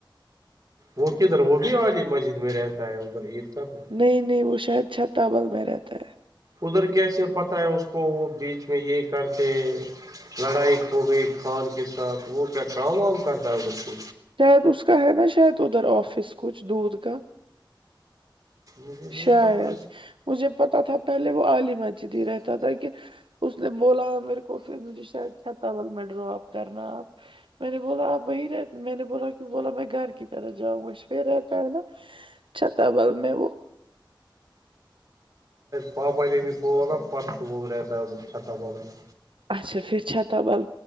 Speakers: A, on the right; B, on the right.
A: وہ کیھدر وہ بھی عالی مسجد میں رہتا ہے ادھر عید گاہ میں
B: نہیں نہیں وہ شاید چھتا بل میں رہتا ہے
A: ادھر کیسے پتا ہے اس کو وہ بیچ میں یہ کرتے لڑائی کھوگی خان کے ساتھ وہ کیا کام وام کرتا ہے ارھر
B: شاید اس کا ہے نا شاید ادھر آفس کچھ دودھ کا
A: مجھے نہیں
B: شاید
A: پتا
B: مجھے پتا تھا پہلے وہ عالی مسجد ہی رہتا تھا کہ اس نے بولا میرے کو پھر مجھے شاید چھتابل میں ڈراپ کرنا میں نے بولا آپ وہی رہ میں نے بولا کی بولا میں گھر کی طرح جاؤں گا اس پر رہتا ہے نا چھتا بل میں وہ
A: پاپا نے بولا نا پرسو وہ رہتا ہے چھتابل میں
B: اچھا پھر چھتہ بل